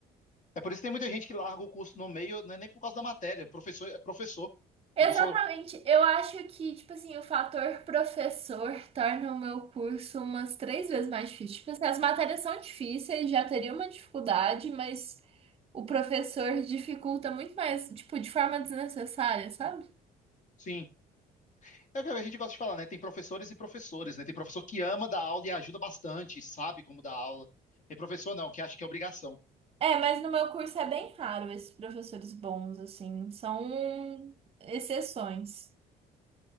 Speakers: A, on the left; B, on the right.
A: É por isso que tem muita gente que larga o curso no meio, não é nem por causa da matéria. Professor é professor.
B: Exatamente.
A: Professor,
B: Eu acho que, tipo assim, o fator professor torna o meu curso umas três vezes mais difícil. Tipo assim, as matérias são difíceis, já teria uma dificuldade, mas o professor dificulta muito mais, tipo, de forma desnecessária, sabe?
A: sim. É o que a gente gosta de falar, né? Tem professores e professores, né? Tem professor que ama dar aula e ajuda bastante, sabe como dar aula. Tem professor não, que acha que é obrigação.
B: É, mas no meu curso é bem raro esses professores bons, assim, são exceções.